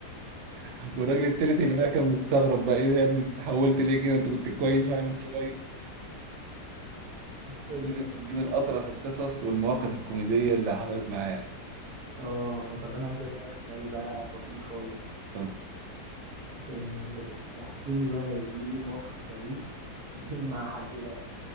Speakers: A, on the right; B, on the right.
A: <laughs> والراجل التالت اللي بقى كان مستغرب بقى ايه ده يا ابني انت اتحولت ليه كده انت كنت كويس معايا من شويه دي
B: يا دين
A: من
B: امي
A: دي من
B: يا
A: اطرف
B: جدع
A: القصص والمواقف الكوميديه اللي حصلت معايا
B: اه طب انا عايز اسالك سؤال بقى بسيط خالص
A: طب
B: إيه، احكي لي بقى يا زميلي موقف طريف <laughs> مع حلاق